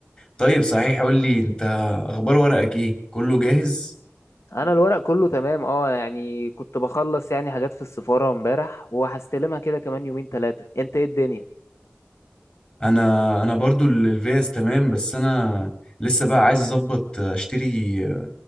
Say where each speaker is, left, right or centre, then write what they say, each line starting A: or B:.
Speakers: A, on the left (about 20°); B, on the left (about 80°).
A: طيب صحيح قول لي انت اخبار ورقك ايه كله جاهز
B: انا الورق كله تمام اه يعني كنت بخلص يعني حاجات في السفارة امبارح وهستلمها كده كمان يومين ثلاثة انت ايه الدنيا
A: انا انا برضو ال- الفيز تمام بس انا لسه بقى عايز اظبط اشتري